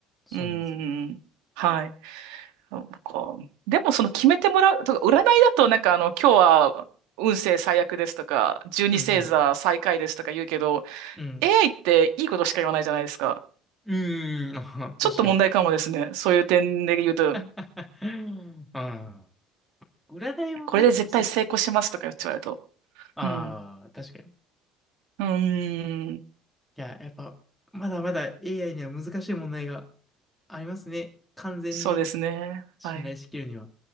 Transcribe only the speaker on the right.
うん、はい。なんか、でもその決めてもらう、とか、占いだとなんかあの、今日は運勢最悪ですとか、十二星座最下位ですとか言うけど、
AI っていいことしか言わないじゃないですか。
ちょっと問題かもですね。そういう点で言うと、
これで絶対成功しますとか言って言われると。
うん。
うーん。
そうですね。
はい。